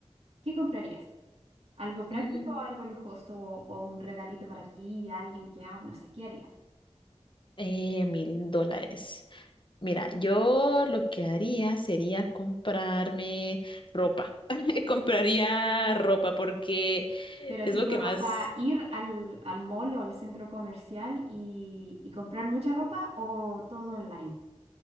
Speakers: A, on the right (about 70°); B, on the left (about 50°).
A: ¿Qué comprarías? ¿Algo práctico,
B: Mm,
A: algo lujoso o un regalito para ti y a alguien que amas? No sé, ¿qué harías?
B: eh, mil dólares. Mira, yo lo que haría sería comprarme ropa. <laughs> Compraría ropa porque
A: Pero
B: es
A: tipo
B: lo que
A: ropa,
B: más
A: ir al, al mall o al centro comercial y, y comprar mucha ropa o todo online.